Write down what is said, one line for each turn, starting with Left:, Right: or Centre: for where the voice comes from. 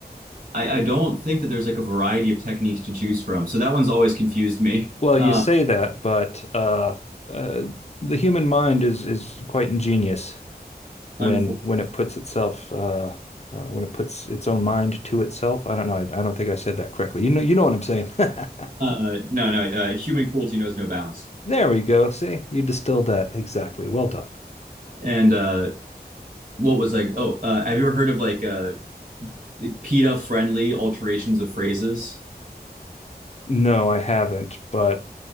Right: I, I don't think that there's like a variety of techniques to choose from. So that one's always confused me.
Left: Well, you
Right: Uh,
Left: say that, but uh, uh, the human mind is is quite ingenious, when
Right: unfor-
Left: when it puts itself uh, uh, when it puts its own mind to itself. I don't know. I, I don't think I said that correctly. You know, you know what I'm saying. <laughs>
Right: uh, no, no, uh, human cruelty knows no bounds.
Left: There we go. See, you distilled that exactly. Well done.
Right: And uh, what was like, oh, uh, have you ever heard of like uh like PETA-friendly alterations of phrases?
Left: No, I haven't, but